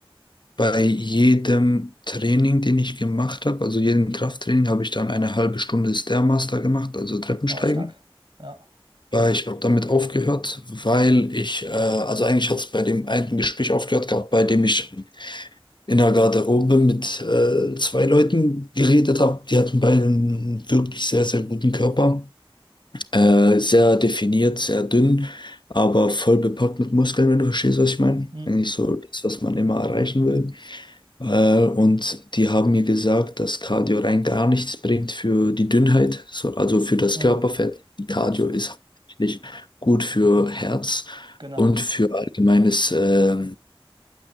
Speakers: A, on the left (about 55°); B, on the right (about 50°).
A: Bei jedem Training, den ich gemacht habe, also jedem Krafttraining, habe ich dann eine halbe Stunde Stairmaster gemacht, also Treppensteigen.
B: Oh, stark. Ja.
A: Weil ich habe damit aufgehört, weil ich, äh, also eigentlich hat es bei dem einen Gespräch aufgehört gehabt, bei dem ich in der Garderobe mit äh, zwei Leuten geredet habe. Die hatten beide einen wirklich sehr, sehr guten Körper. Äh, sehr definiert, sehr dünn, aber voll bepackt mit Muskeln, wenn du verstehst, was ich meine.
B: Mm,
A: Eigentlich so das, was man immer erreichen will. Äh, und die haben mir gesagt, dass Cardio rein gar nichts bringt für die Dünnheit, so, also für das
B: mm,
A: Körperfett. Cardio
B: absolut.
A: ist hauptsächlich gut für Herz
B: Genau.
A: und für allgemeines äh,